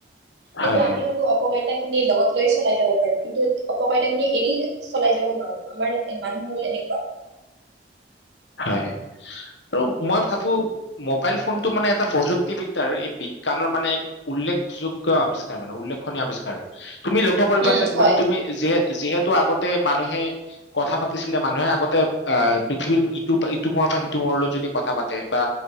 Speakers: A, on the left; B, on the right.
A: হয়
B: কিন্তু
A: হয়
B: আমি হলো অপকাৰিতা লগত লৈ চলাই যাব পাৰো। কিন্তু, অপকাৰিতাখিনি এৰি চলাই যাব নোৱাৰো, আমাৰ মানুহ হ'ল এনেকুৱা।
A: হয়, আৰু মই ভাবো মোবাইল ফোনটো মানে এটা প্ৰযুক্তিবিদ্যাৰ এই বিজ্ঞানৰ মানে এক উল্লেখযোগ্য আৱিষ্কাৰ মানে উল্লেখনীয় আৱিস্কাৰ। তুমি লক্ষ্য কৰিবা
B: উম
A: যে, মানে
B: হয়
A: তুমি যিহেত-যিহেতু টো আগতে মানুহে কথা পাতিছিলে মানুহে আগতে অঁ', পৃথিৱীৰ ই ইটো মূৰৰ পৰা সিটো মূৰলৈ যদি কথা পাতে বা